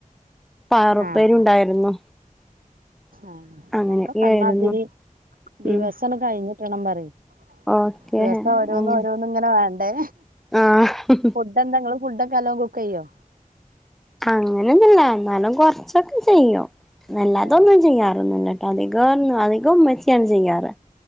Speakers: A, in the centre; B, on the right (about 80°).
A: പയർ
B: ആഹ്
A: ഉപ്പേരിയും ഉണ്ടായിരുന്നു
B: ആഹ്
A: അങ്ങനെയൊക്കെ
B: ഒക്കെ പറഞ്ഞാമതിരി
A: ആയിരുന്നു
B: ദിവസം
A: ഉം
B: അണ് കഴിഞ്ഞ് കിട്ടണം പറയും
A: ഓക്കെ
B: ദിവസം ഓരോന്ന്
A: അങ്ങനെ
B: ഓരോന്നും ഇങ്ങനെ വേണ്ടേ
A: ആഹ്
B: ഇന്ന് എന്ത ഇങ്ങള് ഫുഡ് ഒക്കെ എല്ലാം കുക്ക് ചെയ്യോ
A: അങ്ങനെ ഒന്നുല്ല എന്നാലും കൊറച്ച് ഒക്കെ ചെയ്യും അല്ലാതെ
B: ഏ
A: ഒന്നും ചെയ്യാർ ഒന്നുല്ല അധികം അധികം ഉമ്മച്ചിയാണ് ചെയ്യാറ്